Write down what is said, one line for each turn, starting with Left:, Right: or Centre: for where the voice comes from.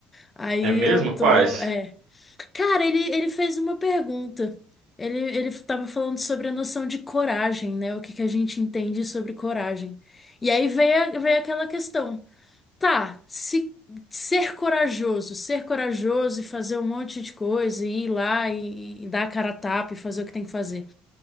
Left: Aí
Right: É mesmo?
Left: eu tô,
Right: Quais?
Left: é, cara, ele ele fez uma pergunta. Ele ele tava falando sobre a noção de coragem, né? O que que a gente entende sobre coragem. E aí veio, a- veio aquela questão. Tá, se ser corajoso, ser corajoso e fazer um monte de coisa e ir lá e, e dar a cara a tapa e fazer o que tem que fazer.